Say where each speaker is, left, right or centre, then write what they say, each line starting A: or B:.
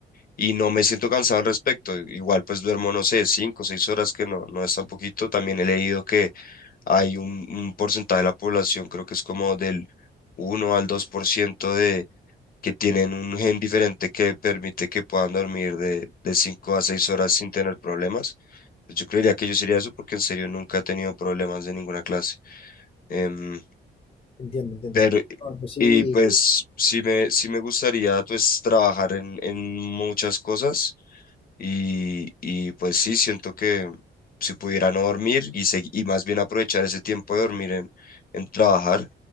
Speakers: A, on the left (about 55°); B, on the left (about 30°).
A: y no me siento cansado al respecto. Igual pues duermo, no sé, cinco o seis horas que no, no es tan poquito. También he leído que hay un, un porcentaje de la población, creo que es como del uno al dos por ciento de que tienen un gen diferente que permite que puedan dormir de, de 5 a 6 horas sin tener problemas pues, Yo creería que yo sería eso porque en serio nunca he tenido problemas de ninguna clase. Em,
B: entiendo, entiendo.
A: pero,
B: No, yo sí,
A: y pues sí me, sí me gustaría pues trabajar en, en muchas cosas y, y pues sí, siento que si pudiera no dormir y, segui- y más bien aprovechar ese tiempo de dormir en, en trabajar,